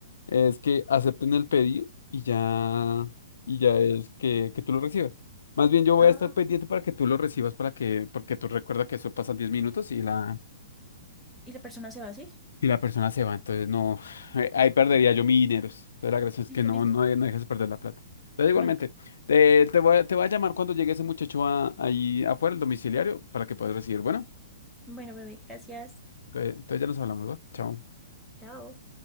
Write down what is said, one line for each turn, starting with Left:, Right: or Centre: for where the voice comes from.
Left: es que acepten el pedido y ya, y ya es que, que tú lo recibas. Más bien yo voy
Centre: Ah,
Left: a estar pendiente para que tú lo recibas para que, porque tú recuerda que eso pasa 10 minutos y la,
Centre: y la persona se va así.
Left: Si la persona se va, entonces no, eh, ahí perdería yo mis dineros. Entonces la gracia es
Centre: Listo,
Left: que no,
Centre: listo.
Left: no, no dejes perder la plata. Entonces igualmente,
Centre: Vale, pues.
Left: te, te voy a, te voy a llamar cuando llegue ese muchacho a- ahí afuera, el domiciliario, para que puedas recibir. Bueno,
Centre: Bueno, bebé, gracias.
Left: entonces entonces ya nos hablamos, ¿va? Chao.
Centre: Chao.